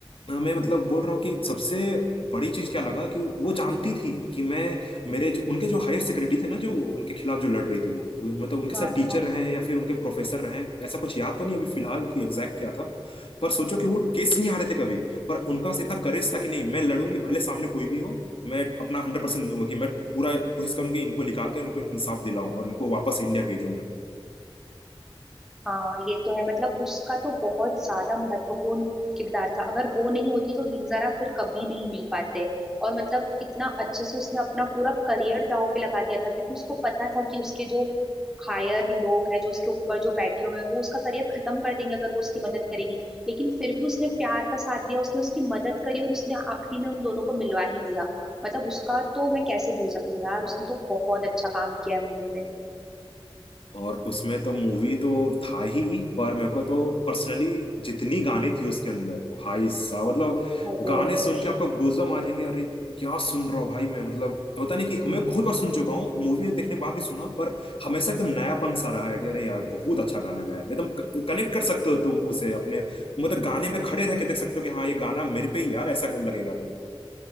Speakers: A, on the left (about 65°); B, in the centre.
A: हाँ, मैं मतलब बोल रहा हूँ कि सबसे बड़ी चीज क्या लगा कि वो जानती थी कि मैं मेरे जो उनके जो हायर सेक्रेटरी थे ना जो उनके खिलाफ जो लड़ रही थी वो मतलब उनके
B: हाँ
A: साथ टीचर
B: हाँ
A: रहे हैं या फिर उनके प्रोफेसर रहे हैं ऐसा कुछ याद तो नहीं अभी फिलहाल कि एग्जैक्ट क्या था पर सोचो कि वो केस नहीं आ रहे थे कभी पर उनका बस इतना करेज था कि नहीं मैं लड़ूंगी भले सामने कोई भी हो मैं अपना हंड्रेड परसेंट दूंगा कि मैं पूरा कोशिश करूंगी इनको निकाल कर इनको इंसाफ दिलाऊं और इनको वापस इंडिया भेजूं
B: हाँ ये तो है मतलब उसका तो बहुत ज्यादा महत्वपूर्ण किरदार था अगर वो नहीं होती तो वीर ज़ारा फिर कभी नहीं मिल पाते और मतलब कितना अच्छे से उसने अपना पूरा करियर दांव पे लगा दिया था क्योंकि उसको पता था कि उसके जो हायर लोग हैं जो उसके ऊपर जो बैठे हुए हैं वो उसका करियर खत्म कर देंगे अगर वो उसकी मदद करेगी लेकिन फिर भी उसने प्यार का साथ दिया उसने उसकी मदद करी और उसने आखिरी में उन दोनों को मिलवा ही दिया मतलब उसका तो मैं कैसे भूल सकती हूँ यार उसने तो बहुत अच्छा काम किया है मूवी में
A: और उसमें तो मूवी तो था ही पर मेरे को तो पर्सनली जितनी गाने थी उसके अंदर भाई साहब मतलब
B: अरे
A: गाने सुन के आपको गूज़बम्प आ जाएंगे अरे क्या सुन रहा हूँ भाई मैं मतलब होता नहीं कि मैं बहुत बार सुन चुका हूँ मूवी देखने के बाद भी सुना पर हमेशा एकदम नयापन सा रहा है कि अरे यार बहुत अच्छा गाना गाया एकदम कनेक्ट कर सकते हो तुम उसे अपने मतलब गाने पे खड़े रह के देख सकते हो कि हाँ ये गाना मेरे पे ही यार ऐसा कर- लगेगा तुम्हें